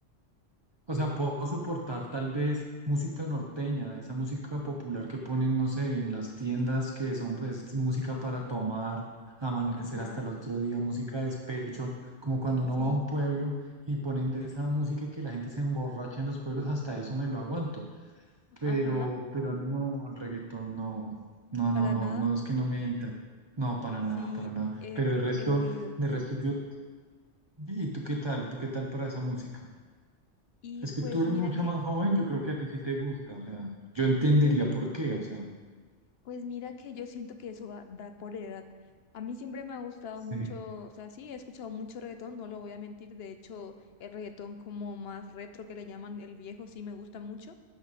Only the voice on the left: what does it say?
Ajá,
sí,
ajá,
para
nada,
sí,
he,
he oído.
Y
pues
mira
que,
pues
Pues mira que yo siento que eso va, va por edad. A mí siempre me ha gustado
mucho, o sea, sí, he escuchado mucho reggaetón, no lo voy a mentir. De hecho, el reggaetón como más retro que le llaman el viejo, sí me gusta mucho.